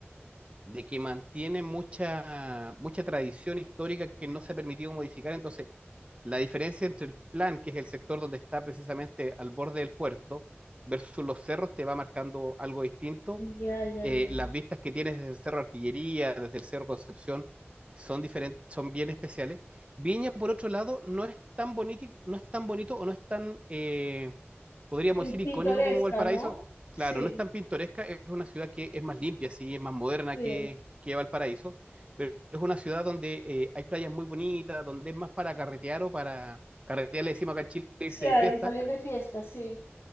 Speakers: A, on the right (about 25°); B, on the left (about 65°).
A: de que mantiene mucha, mucha tradición histórica que no se ha permitido modificar. Entonces, la diferencia entre el plan, que es el sector donde está precisamente al borde del puerto, versus los cerros, te va marcando algo distinto
B: Ya, ya,
A: eh,
B: ya.
A: las vistas que tienes desde el Cerro Artillería, desde el Cerro Concepción, son diferentes, son bien especiales. Viña, por otro lado, no es tan bonito, no es tan bonito o no es tan, eh, podríamos
B: Pin-
A: decir,
B: Pintoresca,
A: icónico como Valparaíso.
B: ¿no? Sí,
A: Claro, no es tan pintoresca, es una ciudad que es más limpia, sí, es más moderna
B: sí.
A: que, que Valparaíso, pero es una ciudad donde eh, hay playas muy bonitas, donde es más para carretear o para carretear, le decimos acá en Chile, irse
B: Sí, al
A: de fiesta,
B: de salir de fiesta, sí.